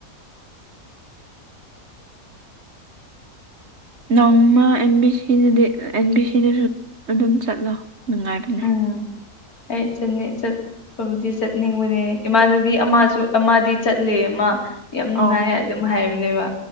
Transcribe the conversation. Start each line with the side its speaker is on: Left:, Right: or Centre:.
Right: ꯅꯣꯡꯃ ꯑꯦꯟ ꯕꯤ ꯁꯤꯗꯗꯤ ꯑꯦꯟ ꯕꯤ ꯁꯤꯗꯁꯨ ꯑꯗꯨꯝ ꯆꯠꯂꯣ ꯅꯨꯡꯉꯥꯏꯕꯅꯦ
Left: ꯎꯝ ꯑꯩ ꯆꯪ ꯆꯠ ꯕꯨꯗꯤ ꯆꯠꯅꯤꯡꯕꯅꯦ ꯏꯃꯥꯟꯅꯕꯤ ꯑꯃꯁꯨ ꯑꯃꯗꯤ ꯆꯠꯂꯦ ꯑꯃ ꯌꯥꯝ ꯅꯨꯡꯉꯥꯏ
Right: ꯑꯥ
Left: ꯑꯗꯨꯝ ꯍꯥꯏꯕꯅꯦꯕ